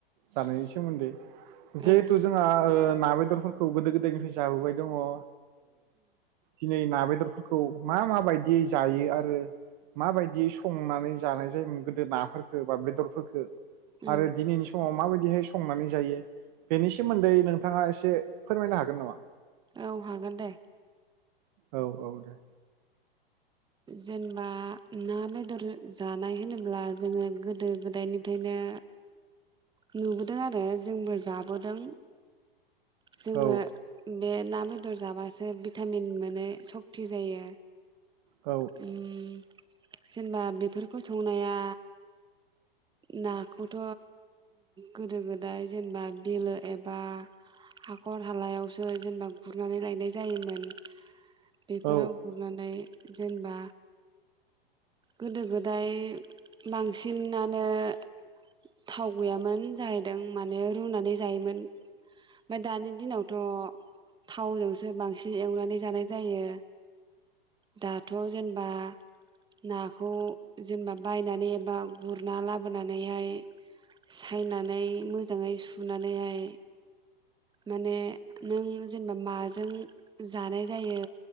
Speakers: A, on the right; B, on the right.
A: जानायनि सोमोन्दै। जिहेथु
B: उम
A: जोंहा ओ ना बेदरफोरखौ गोदो गोदायनिफ्राय जाबोबाय दङ। ओ दिनै ना बेदर फोरखौ मा माबायदि जायो आरो माबायदि संनानै जानाय जायोमोन गोदो नाफोरफोरखौ बा बेदरफोरखौ
B: उम
A: आरो दिनैनि समाव माबायदिहाय संनानै जायो बेनि सोमोन्दै नोंथाङा एसे फोरमायनो हागोन नामा?
B: औ हागोन दे
A: औ -औ दे
B: जेनेबा ना बेदर जानाय होनोब्ला जोङो गोदो गोदायनिफ्रायनो नुबोदों आरो जोंबो जाबोदों जोङो
A: औ
B: बे ना बेदर जाबासो भिटामिन मोनै सक्ति जायो।
A: औ
B: उम‌। जेनेबा बेफोरखौ संनाया नाखौथ गोदो गोदाय जेनेबा बिलो एबा हाखर हालायावसो जेनेबा गुरनानै लायनाय जायोमोन। बेफोराव
A: औ
B: गुरनानै जेनेबा गोदो गोदाय बांसिनानो थाव गैयामोन जाहैदों। माने रुनानै जायोमोन। ओमफ्राय दानि दिनावथ थावजोंसो बांसिन एवनानै जानाय जायो। दाथ जेनेबा नाखौ जेनेबा बायनानै एबा गुरना लाबोनानैहाय सायनानै मोजाङै सुनानैहाय माने नों जेनेबा माजों जानाय जायो